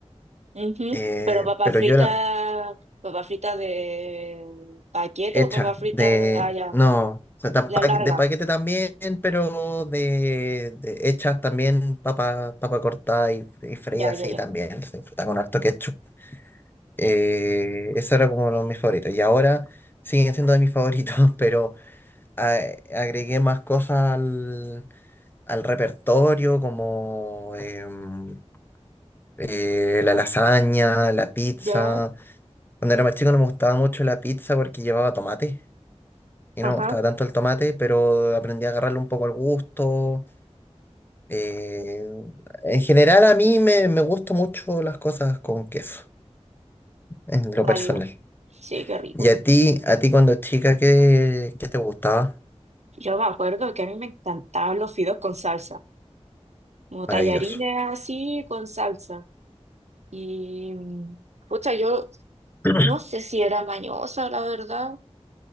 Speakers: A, on the right; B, on the left.
A: ujú.
B: eh,
A: Pero papas
B: pero
A: fritas,
B: yo era
A: papas fritas de paquete
B: hecha
A: o papas fritas,
B: de,
A: ah, ya,
B: no, o sea, ta-
A: la
B: pa-
A: larga.
B: de paquete también, pero de, de hechas también papa, papa cortada y, y freía
A: Ya,
B: así
A: ya, ya.
B: también, se disfruta con harto ketchup. Eh, eso era como uno de mis favoritos y ahora siguen siendo de mis favoritos, <laughs> pero a- agregué más cosas al, al repertorio como em, eh, la lasaña, la pizza.
A: Ya,
B: Cuando era más chico no me gustaba mucho la pizza porque llevaba tomate. Y
A: ajá,
B: no me gustaba tanto el tomate, pero aprendí a agarrarle un poco el gusto. Eh, en general a mí me, me gustan mucho las cosas con queso, en lo
A: válido.
B: personal.
A: Sí, qué rico.
B: Y a ti, a ti cuando chica, ¿qué, qué te gustaba?
A: Yo me acuerdo que a mí me encantaban los fideos con salsa, como
B: Maravilloso.
A: tallarines así con salsa. Y, mm, pucha, yo
B: <clears throat>
A: No sé si era mañosa, la verdad.